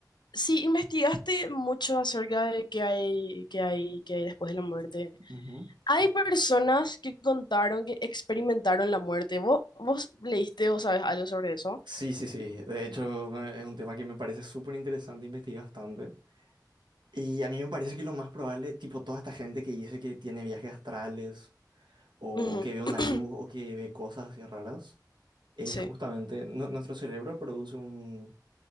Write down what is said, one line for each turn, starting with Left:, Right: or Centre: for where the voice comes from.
Left: Sí, investigaste mucho acerca de qué hay, qué hay, qué hay después de la muerte.
Right: Ujú.
Left: Hay personas que contaron que experimentaron la muerte. ¿Vos, vos leíste o sabes algo sobre eso?
Right: Sí, sí, sí. De hecho, eh, es un tema que me parece súper interesante, investigué bastante. Y a mí me parece que lo más probable, tipo toda esta gente que dice que tiene viajes astrales o,
Left: Ujú.
Right: o que ve una
Left: <clears throat>
Right: luz o que ve cosas así raras, es
Left: Sí,
Right: justamente nu- nuestro cerebro produce un,